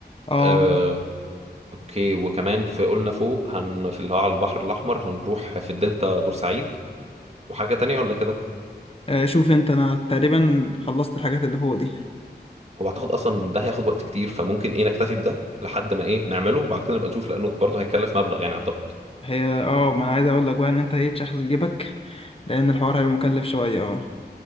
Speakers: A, on the left; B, on the right.
A: اه
B: آه،
A: ماشي.
B: اوكي وكمان في قلنا فوق هن في اللي هو على البحر الأحمر هنروح في الدلتا بورسعيد وحاجة تانية ولا كده
A: آه، شوف انت انا تقريبا خلصت الحاجات اللي هو دي
B: هو اعتقد اصلا ده هياخد وقت كتير فممكن ايه نكتفي بده لحد ما ايه نعمله وبعد كده نبقى نشوف لانه برضه هيكلف مبلغ يعني اعتقد
A: هي اه ما انا عايز اقول لك بقى ان انت ايه تشغل جيبك لان الحوار هيبقى مكلف شوية اه